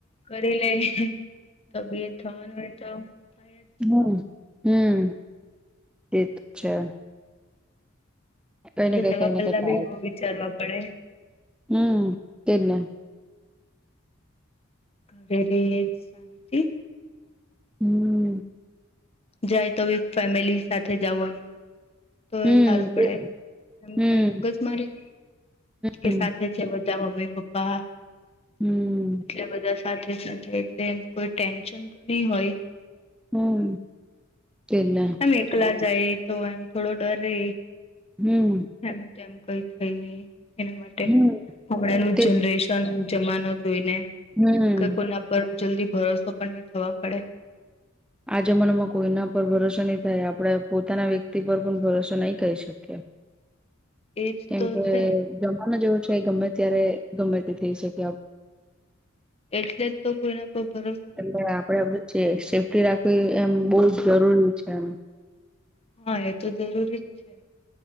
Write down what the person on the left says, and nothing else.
કરી લે તબિયત થવાનું હોય તો થાય જ
તો
જવા
પહેલા
બી વિચારવા પડે.
ઘરે રે તી
જાય તો વિથ ફેમિલી સાથે જાવાનું તો
સારું પડે
એમ
કઈ મગજમારી <unintelligible>
થે છે બધા મમ્મી પપ્પા
એટલે બધા સાથે સાથે એટલે કોઈ ટેન્શન તો નહી હોય.
એમ એકલા જાય તો એમ થોડો ડર રહે.
એમ તેમ કઈ થાય નહી એના માટે
હમણાંનું
જનરેશન જમાનો જોઈને
કે કોના પર જલ્દી ભરોસો પણ નહી થવા પડે.
એજ
તો
છે
એટલે જ તો કોઈના પર ભરોસો
નહી થાય.
હા, એ તો જરૂરી જ છે.